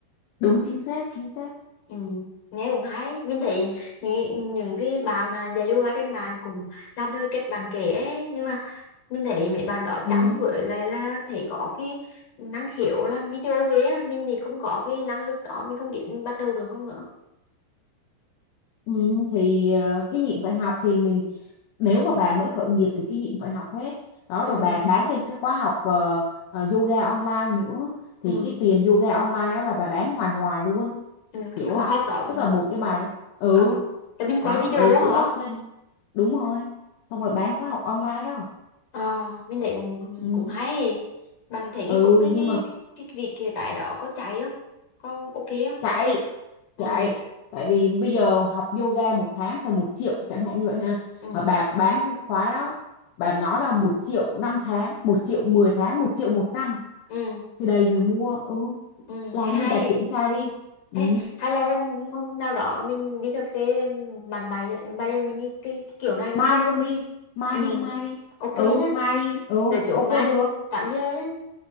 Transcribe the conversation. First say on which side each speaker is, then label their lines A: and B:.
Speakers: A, on the left; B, on the left.
A: đúng chính xác chính xác
B: ừ nghe cũng hay mình thấy những, những cái bạn mà dạy yoga trên mạng cũng làm theo cái cách bạn kể ấy nhưng mà mình thấy mấy bạn đó
A: ừ.
B: chăm với lại là thấy có cái năng khiếu làm video ghê á mình thì không có cái năng lực đó mình không biết mình bắt đầu được không nữa
A: Ừ, thì ờ, cái gì cũng phải học thì mình nếu mà bà mới khởi nghiệp thì cái gì cũng phải học hết đó
B: ừ
A: rồi bà bán thêm cái khóa học ờ, ờ, yoga online nữa thì
B: ừ,
A: cái tiền yoga online đó là bà bán hoài hoài luôn
B: ừ. cái
A: hiểu
B: khóa
A: không
B: học đó
A: tức
B: ừ.
A: là một cái bài đó ừ
B: ờ là mình quay
A: đó
B: video
A: ừ
B: á
A: cứ
B: hả
A: up lên đúng rồi xong rồi bán khóa học online đó
B: Ờ, mình thấy cũng
A: ừ,
B: cũng hay. Bạn thấy cái
A: ừ
B: khu- cái
A: nhưng
B: cái
A: mà
B: cái việc kia cái đó có chạy không? Có ok không?
A: chạy
B: Ừ,
A: chạy tại vì bây giờ học yoga một tháng phải một triệu chẳng hạn như vậy ha
B: ừ,
A: mà bà bán cái khóa đó bà nói là một triệu năm tháng một triệu mười tháng một triệu một năm
B: ừ,
A: thì đầy người mua ừ
B: ừ,
A: làm
B: nghe hay.
A: đi bà triển khai đi ừ.
B: Ê, hay là hôm hôm nào đó mình đi cà phê bàn bài bây giờ mình cái, cái, cái kiểu này được
A: mai
B: không?
A: luôn đi mai
B: Ừ,
A: đi mai đi
B: ok
A: ừ
B: nhá.
A: mai đi ừ
B: Rồi chốt
A: ok
B: mai
A: được
B: 8 giờ nhá.